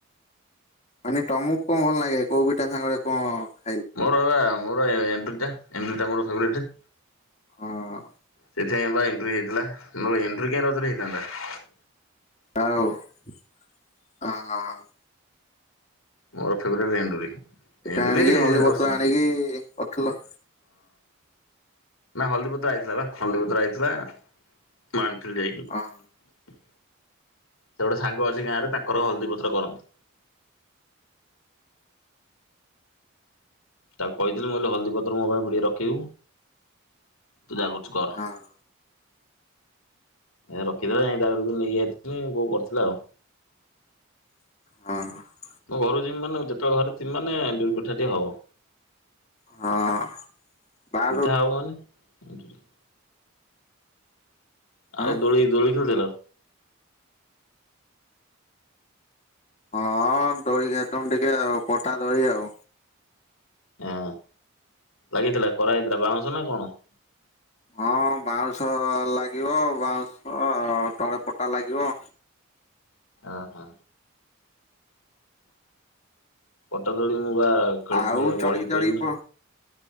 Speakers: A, on the left; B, on the left.
A: ମାନେ ତମକୁ କଣ ଭଲ ଲାଗେ କୋଉ ପିଠା ସାଙ୍ଗରେ କଣ ।
B: ମୋର ବା । ମୋର ବା ଏଣ୍ଡୁରି ଟା ଏଣ୍ଡୁରି ଟା ମୋର ଫେବରାଇଟ।
A: ହଁ ।
B: ସେଥିପାଇଁ ବା ଏଣ୍ଡୁରି ହେଇଥିଲା ନହେଲେ ଏଣ୍ଡୁରି କାଇଁ ରଜରେ ହେଇଥାନ୍ତା ।
A: ଆଉ ହଁ ।
B: ମୋର ଫେବରେଟ ଏଣ୍ଡୁରି।
A: ଏଟା
B: ଏଣ୍ଡୁରି
A: ଆଣିକି ହଳଦି ପତ୍ର
B: ଆଉ ସିଝି
A: ଆଣିକି କରିଥିଲ।
B: ନାଁ ହଳଦୀପତ୍ର ଆଇଥିଲା ବା ହଳଦୀପତ୍ର ଆଇଥିଲା । ଆଁ ନ । ଥିଲି ଜାଇ କି ।
A: ହଁ।
B: ସେ ଗୋଟେ ସାଙ୍ଗ ଅଛି ଗାଁ ରେ ତାଙ୍କର ହଳଦୀପତ୍ର କରନ୍ତି। ତାକୁ କହିଥିଲି ମୁଁ କହିଲି ହଳଦୀପତ୍ର ମୋ ପାଇଁ ବି ଡେ ରଖିବୁ। ତୁ ଯାହା କରୁଛୁ କର।
A: ହଁ
B: ଆ ସେ ରଖିଥିଲା ଜାଇ ତା ଘରୁ ପୁଣି ନେଇକି ଆଇଥିଲି ବୋଉ କରିଥିଲା ଆଉ।
A: ହଁ।
B: ମୁଁ ଘରୁ ଯିମି ମାନେ ଯେତେବେଳେ ଘରେ ଥିମି ମାନେ ଏଣ୍ଡୁରୀ ପିଠା ଟେ ହବ।
A: ହଁ ବାହାରୁ
B: ପିଠା ହବ ମାନେ। ଏଣ୍ଡୁରି ।
A: ଆଁ
B: ଆଉ ଦୋଳି ଦୋଳି ଖେଳୁ ଥିଲ।
A: ହଁ ଦୋଳି ଖେଳୁଥିଲୁ ଟିକେ ଆଉ ପଟା ଦୋଳି ଆଉ।
B: ହଁ ଲାଗିଥିଲା କରାହେଇଥିଲା ବାଉଁଶ ନା କଣ।
A: ହଁ ବାଉଁଶ ଲାଗିବ ବାଉଁଶ ତଳେ ପଟା ଲାଗିବ।
B: ଅ ହ। ପଟାଦୋଳି। ମୁଁ ବା ଖେଳୁଥିନି
A: ଆଉ ଚଢିକି
B: ଗଳି
A: ଚଢିକି
B: ପଇନି।
A: ପ